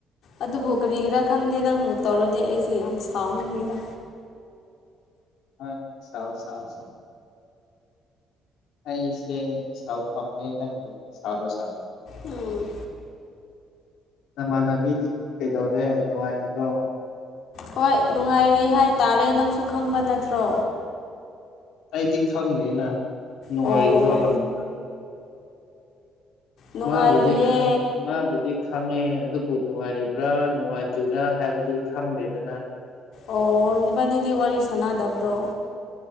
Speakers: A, on the left; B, on the left.
A: ꯑꯗꯨꯕꯨ ꯀꯔꯤꯒꯤꯔꯥ ꯈꯪꯗꯦ ꯅꯪꯕꯨ ꯇꯧꯔꯗꯤ ꯑꯩꯁꯦ ꯌꯥꯝ ꯁꯥꯎꯅꯤꯡꯉꯤꯅ
B: ꯍꯣꯏ ꯁꯥꯎ ꯁꯥꯎ ꯁꯥꯎ ꯑꯩꯁꯦ ꯁꯥꯎ ꯐꯝꯅꯦ ꯅꯪꯒꯤ ꯁꯥꯎꯔꯣ ꯁꯥꯎꯔꯣ
A: ꯎꯝ
B: ꯅꯃꯥꯟꯅꯕꯤꯗꯤ ꯀꯩꯗꯧꯔꯦ ꯅꯨꯡꯉꯥꯏꯔꯤꯕ꯭ꯔꯣ
A: ꯍꯣꯏ ꯅꯨꯡꯉꯥꯏꯔꯤ ꯍꯥꯏꯇꯥꯔꯦ ꯅꯪꯁꯨ ꯈꯪꯕ ꯅꯠꯇ꯭ꯔꯣ
B: ꯑꯩꯗꯤ ꯈꯪꯗꯦꯅ ꯅꯨꯡꯉꯥꯏꯕ꯭ꯔꯣ
A: ꯑꯣ ꯑꯣ ꯑꯣ
B: ꯍꯪꯕꯅ
A: ꯅꯨꯡꯉꯥꯏꯔꯤꯌꯦ
B: ꯃꯥꯕꯨꯗꯤ ꯈꯪ ꯃꯥꯕꯨꯗꯤ ꯈꯪꯉꯦ ꯑꯗꯨꯕꯨ ꯅꯨꯡꯉꯥꯏꯔꯤꯕ꯭ꯔꯥ ꯅꯨꯡꯉꯥꯏꯇ꯭ꯔꯤꯕ꯭ꯔꯥ ꯍꯥꯏꯕꯗꯤ ꯈꯪꯗꯦꯗꯅ
A: ꯑꯣ ꯅꯤꯕꯥꯅꯤꯗꯤ ꯋꯥꯔꯤ ꯁꯥꯟꯅꯗꯕ꯭ꯔꯣ